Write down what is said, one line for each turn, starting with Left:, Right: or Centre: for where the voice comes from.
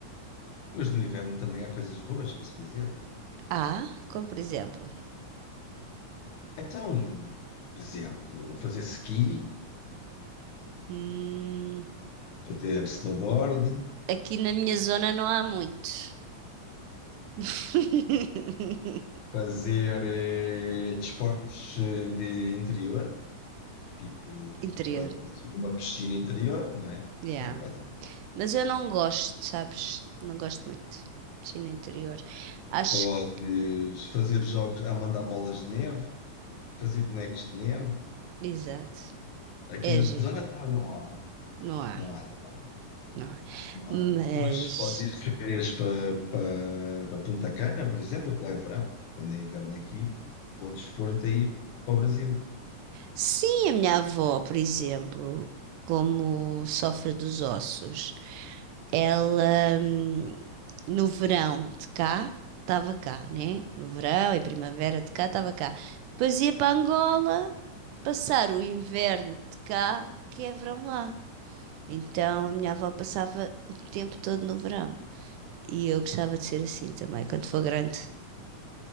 Left: mas no inverno também há coisas boas para se fazer.
Right: Ah, como por exemplo.
Left: Então, por exemplo, fazer ski,
Right: Hum,
Left: fazer snowboard,
Right: Aqui na minha zona não há muitos. <laughs>
Left: fazer eh, desportos eh, de interior, tipo,
Right: Interior,
Left: podes ir para uma piscina interior, não é?
Right: yeah.
Left: Também podes ir.
Right: Mas eu não gosto, sabes? Não gosto muito. de China interior. Acho
Left: Podes
Right: que,
Left: fazer jogos a mandar bolas de neve, fazer bonecos de neve.
Right: exato,
Left: Aqui
Right: é
Left: na
Right: giro.
Left: zona também não há.
Right: Não há,
Left: Não há também.
Right: não há.
Left: Não
Right: Mas,
Left: há. Mas podes ir de férias para, para, para Punta Cana, por exemplo, que lá é verão, quando é inverno aqui, podes pôr-te aí para o Brasil.
Right: sim, a minha avó, por exemplo, como sofre dos ossos, Ela, hum, no verão de cá, estava cá, né? No verão e primavera de cá, estava cá. Depois ia para Angola passar o inverno de cá, que é verão lá. Então a minha avó passava o tempo todo no verão. E eu gostava de ser assim também, quando for grande.